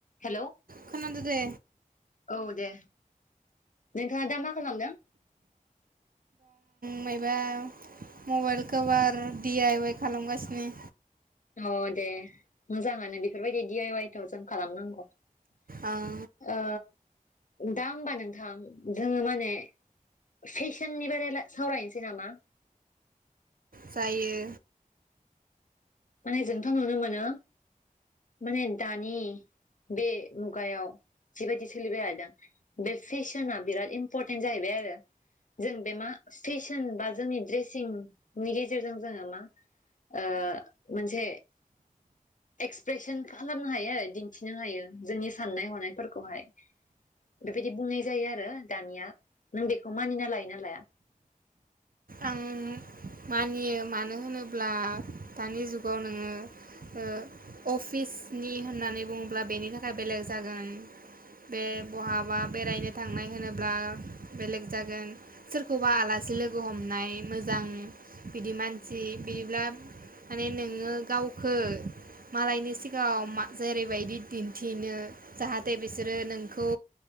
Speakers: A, on the left; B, on the right.
A: हेल' औ
B: खोनादो दे
A: दे नोंथाङा दा मा खालामदों?
B: मायअबा मबाइल कभार दि आइ वाइ खालामगासिनो।
A: अ दे मोजाङानो बेफोरबायदि दि आइ वाइ खौनो जों खालामनांगौ। ओ
B: आं
A: दा होमबा नोंथां जोङो माने फेशननि बागै सावरायनोसै नामा?
B: जायो।
A: माने जोंथ' नुनो मोनो माने दानि बे मुगायाव जिबायदि सोलिबाय थादों बे फेशना बिराद इम्परटेन्ट जाहैबाय आरो जों बे मा फेसन बा जोंनि ड्रेसिंनि गेजेरजों जोङो मा ओ मोनसे एक्सप्रेसन खालामनो हायो दिन्थिनो हायो जोंनि साननाय हनायफोरखौहाय बेबायदि बुंनाय जायो आरो दानिया। नों बेखौ मानिना लायो ना लाया?
B: आं मानियो मानो होनोब्ला दानि जुगाव नोङो अफिसनि होननानै बुङोब्ला बेनि थाखाय बेलेग जागोन, बे बहाबा बेरायनो थांनाय होनोब्ला बेलेग जागोन, सोरखौबा आलासि लोगो हमनाय मोजां गिदिर मानसि बिदिब्ला माने नोङो गावखौ मालायनि सिगाङाव जेरैबायदि दिन्थिनो जाहाथे बिसोरो नोंखौ